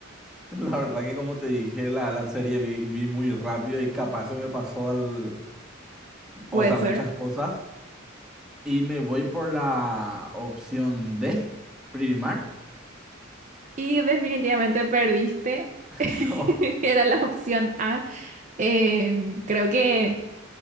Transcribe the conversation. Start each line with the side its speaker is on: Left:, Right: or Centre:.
Centre: <laughs> la verdad que como te dije, la, la serie vi, vi muy rápido y capaz se me pasó al,
Right: Puede
Centre: o sea,
Right: ser.
Centre: muchas cosas y me voy por la opción D, Primark.
Right: Y definitivamente perdiste.
Centre: <laughs>
Right: <laughs> Era la opción A. Eh, creo que